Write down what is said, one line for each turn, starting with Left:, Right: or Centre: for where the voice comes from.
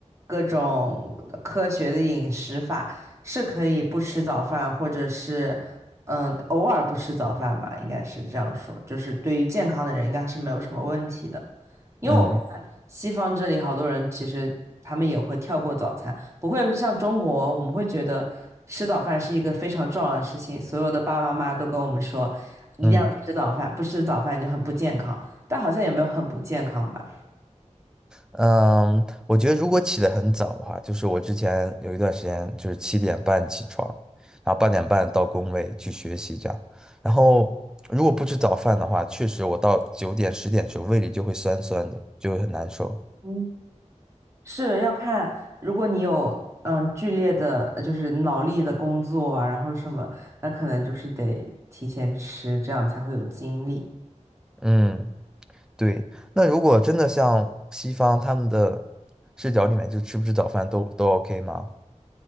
Right: 各种科学的饮食法，是可以不吃早饭，或者是嗯偶尔不吃早饭吧，应该是这样说，就是对于健康的人应该是没有什么问题的。因为我看西方这里好多人其实他们也会跳过早餐，
Centre: 嗯
Right: 不会像中国，我们会觉得吃早饭是一个非常重要的事情，所有的爸爸妈妈都跟我们说一定要吃早饭，
Centre: 嗯。
Right: 不吃早饭就很不健康，但好像也没有很不健康吧。
Centre: 嗯，我觉得如果起得很早的话，就是我之前有一段时间就是七点半起床，然后八点半到工位去学习这样。然后如果不吃早饭的话，确实我到九点十点的时候胃里就会酸酸的，就会很难受。
Right: 嗯，是要看，如果你有嗯剧烈的，就是脑力的工作啊，然后什么，那可能就是得提前吃，这样才会有精力。
Centre: 嗯，对。那如果真的像西方他们的视角里面，就吃不吃早饭都都 OK 吗？